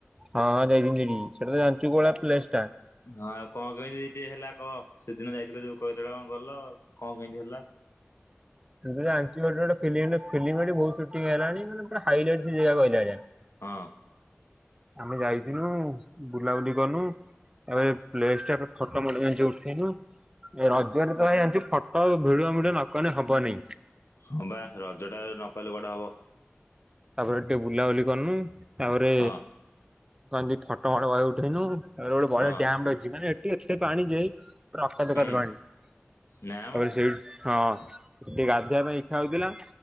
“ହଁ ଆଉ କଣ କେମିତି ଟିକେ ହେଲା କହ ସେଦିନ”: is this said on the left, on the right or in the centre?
Left